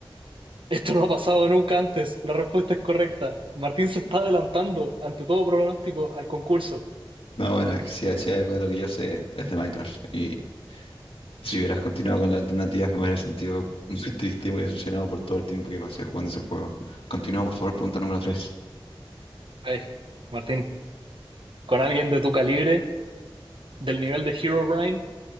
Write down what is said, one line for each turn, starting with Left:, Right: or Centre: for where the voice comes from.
Right: Esto no ha pasado nunca antes. La respuesta es correcta. Martín se está adelantando ante todo pronóstico al concurso.
Left: No, bueno, si, hay si hay algo de lo que yo sé es de Minecraft y Si hubieras continuado con la alternativa, me hubiera sentido <laughs> muy triste y muy decepcionado por todo el tiempo que pasé jugando ese juego. Continúa, por favor, pregunta número tres.
Right: Ay, Martín, con alguien de tu calibre del nivel de Herobrine,